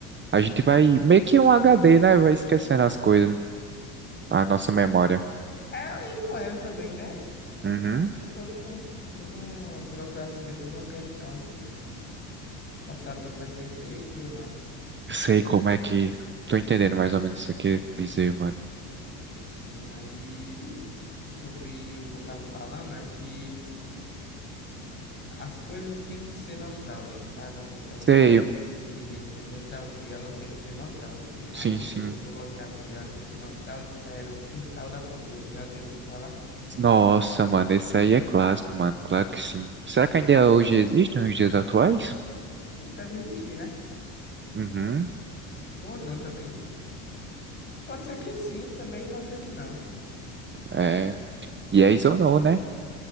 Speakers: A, on the right (about 25°); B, on the left (about 25°).
A: a gente vai, meio que um HD, né, vai esquecendo as coisas, a nossa memória.
B: É, é, e não era também, né?
A: Uhum,
B: Tem todo um, toda uma burocracia, toda uma questão assim, pra saber o que vai ser feito ou não.
A: sei como é que, tô entendendo mais ou menos o que você quer dizer, mano.
B: Sim, aí sobre o que eu tava falando é que. As coisas têm que ser nostálgicas, sabe? Assim, para
A: Sei,
B: você ter aquele sentimento de nostalgia, ela tem que ser nostálgica. E há
A: sim,
B: Uma
A: sim.
B: coisa que eu gostava que era muito nostálgica era o Quintal da Cultura. Já tinha ouvido falar?
A: Nossa, mano, esse aí é clássico, mano. Claro que sim. Será que ainda hoje existe nos dias atuais?
B: Não deve existir, né?
A: Uhum.
B: Ou não também. Pode ser que sim, também pode ser que não.
A: É. Yes ou não, né?